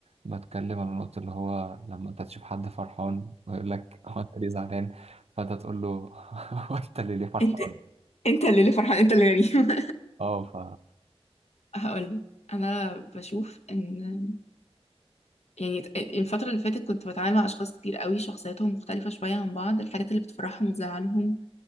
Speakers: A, on the right; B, on the left.
A: بتكلم عن النقطه اللي هو لما انت تشوف حد فرحان ويقول لك <laughs> هو انت ليه زعلان فانت تقول له <laughs> هو انت اللي ليه فرحان
B: انت انت اللي اللي فرحان انت اللي غريب <laughs>
A: اه ف
B: هقولك انا بشوف ان يعني الفتره اللي فاتت كنت بتعامل مع اشخاص كتير قوي شخصياتهم مختلفه شويه عن بعض الحاجات اللي بتفرحهم وتزعلهم